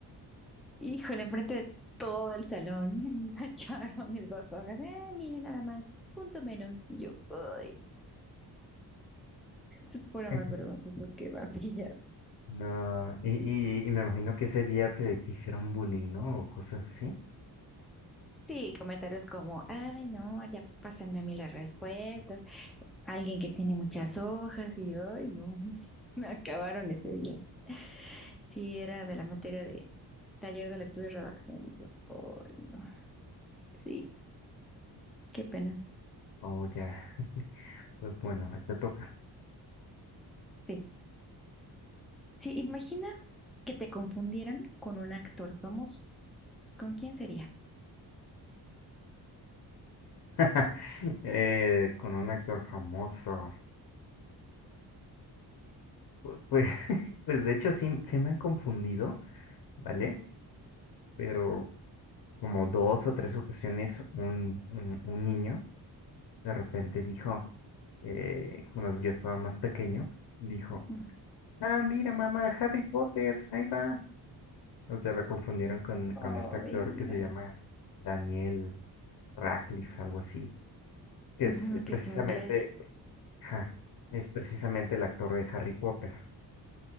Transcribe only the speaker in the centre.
Híjole, enfrente de todo el salón, <laughs> echaron esas hojas, ah, mire nada más, punto menos. Y yo, ay, es puro
más vergonzoso que vampillas.
Sí, comentarios como, ay, no, ya pásenme a mí las respuestas. Alguien que tiene muchas hojas y, ay, no, <laughs> me acabaron ese día. Sí, era de la materia de taller de lectura y redacción y yo, ay, no, sí, qué pena.
Sí, sí, imagina que te confundieran con un actor famoso. ¿Con quién sería?
Ujú.
Oh,
mi vida.
Ujú,
que
es inglés.